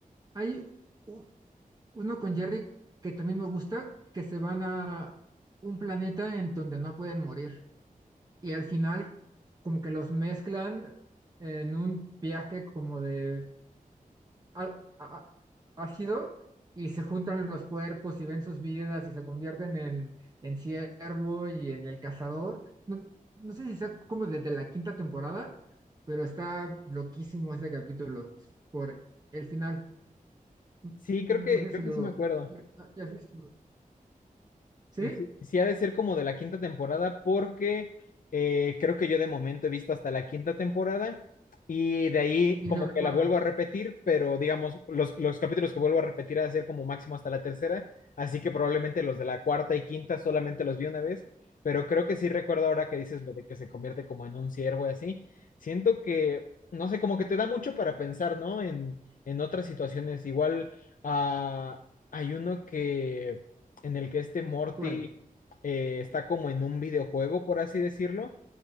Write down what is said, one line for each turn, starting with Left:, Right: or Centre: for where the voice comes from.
Right: Hay u- uno con Jerry que también me gusta, que se van a un planeta en donde no pueden morir. y al final como que los mezclan en un viaje como de á- á- ácido y se juntan los cuerpos y ven sus vidas y se convierten en, en ciervo y en el cazador. No, no sé si sea como desde la quinta temporada, pero está loquísimo ese capítulo por el final. Mm,
Left: Sí, creo que,
Right: No sé
Left: creo
Right: si
Left: que
Right: lo
Left: sí me acuerdo.
Right: hayas visto. ¿Sí?
Left: Y sí, sí ha de ser como de la quinta temporada porque eh, creo que yo de momento he visto hasta la quinta temporada y de ahí
Right: Y
Left: como
Right: lo recuerdas.
Left: que la vuelvo a repetir, pero digamos, los, los capítulos que vuelvo a repetir ha de ser como máximo hasta la tercera, así que probablemente los de la cuarta y quinta solamente los vi una vez, pero creo que sí recuerdo ahora que dices lo de que se convierte como en un ciervo y así, siento que, no sé, como que te da mucho para pensar, ¿no? En, en otras situaciones, igual ah, hay uno que en el que este Morty
Right: ¿Cuál?
Left: eh, está como en un videojuego, por así decirlo,